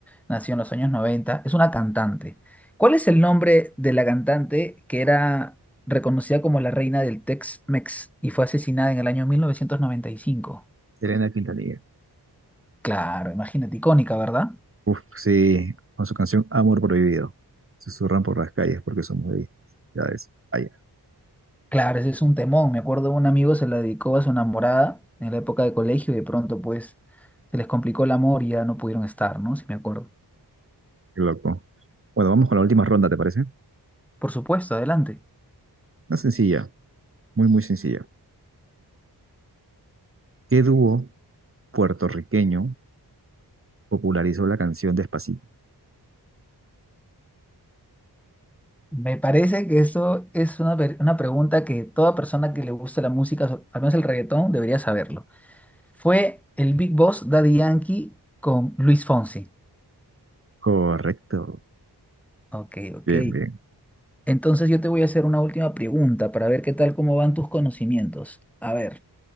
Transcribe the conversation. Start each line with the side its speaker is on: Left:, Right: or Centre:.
Centre: nacido en los años 90. Es una cantante. ¿Cuál es el nombre de la cantante que era reconocida como la reina del Tex-Mex y fue asesinada en el año 1995?
Right: Elena Quintanilla.
Centre: Claro, imagínate, icónica, ¿verdad?
Right: Uf, sí, con su canción Amor Prohibido. Susurran por las calles porque somos de Ya es, ay,
Centre: Claro, ese es un temón. Me acuerdo un amigo se la dedicó a su enamorada en la época de colegio y de pronto pues se les complicó el amor y ya no pudieron estar, ¿no? Si me acuerdo.
Right: qué loco. Bueno, vamos con la última ronda, ¿te parece?
Centre: Por supuesto, adelante.
Right: Una sencilla, muy, muy sencilla. ¿Qué dúo puertorriqueño popularizó la canción Despacito?
Centre: Me parece que eso es una, per- una pregunta que toda persona que le gusta la música, so- al menos el reggaetón, debería saberlo. Fue el Big Boss Daddy Yankee con Luis Fonsi.
Right: Correcto.
Centre: Ok, ok.
Right: Bien, bien.
Centre: Entonces yo te voy a hacer una última pregunta para ver qué tal cómo van tus conocimientos. A ver,